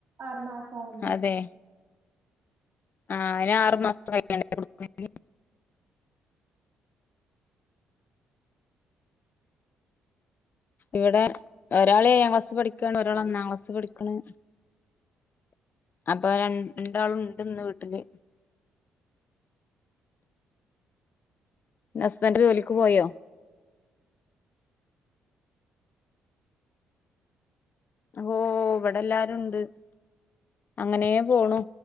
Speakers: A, on the right; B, on the left.
A: ആറു മാസ ആവണ്ടെ
B: അതെ ആ അയ്ന് ആറു മാസയ് ട്ടാ <unintelligible> ഇവിടെ ഒരാൾ ഏഴാം ക്ലാസ് പഠിക്കാണ് ഒരാൾ ഒന്നാം ക്ലാസ്സിൽ ൽ പഠിക്കുണു അപ്പൊ രണ്ടാളും ണ്ട്ന്ന് വീട്ടില് ഹസ്ബന്റ് ജോലിക്ക് പോയോ ഓ ഇ വടെല്ലാരുണ്ട് അങ്ങനേ പോണു